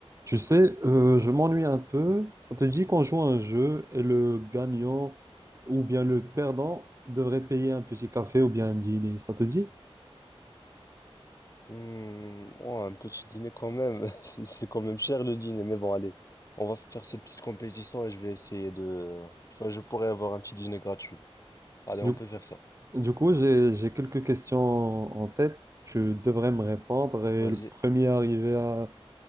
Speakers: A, on the right (about 30°); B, on the left (about 35°).
A: Tu sais, euh, je m'ennuie un peu. Ça te dit qu'on joue à un jeu et le gagnant ou bien le perdant devrait payer un petit café ou bien un dîner. Ça te dit?
B: Hmm, ouais, un petit dîner quand même. <laughs> C'est c'est quand même cher le dîner, mais bon, allez, on va faire cette petite compétition et je vais essayer de. Enfin, je pourrais avoir un petit dîner gratuit. Allez,
A: Du,
B: on peut faire ça.
A: du coup, j'ai, j'ai quelques questions en tête. Tu devrais me répondre et
B: Vas-y,
A: le premier arrivé à,